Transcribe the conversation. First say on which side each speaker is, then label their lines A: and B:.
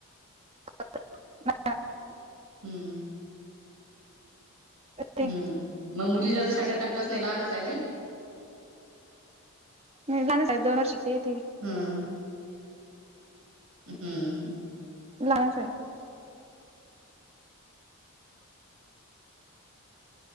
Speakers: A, on the right; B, on the right.
A: <inaudible>
B: हम्म
A: ते
B: हम् मग मुलीला शाळेत टाकलंच नाही लहानच आहे नाही.
A: <unintelligible> य दोन वर्षाची ये ती
B: हम्म हम्म
A: लाहानच आहे.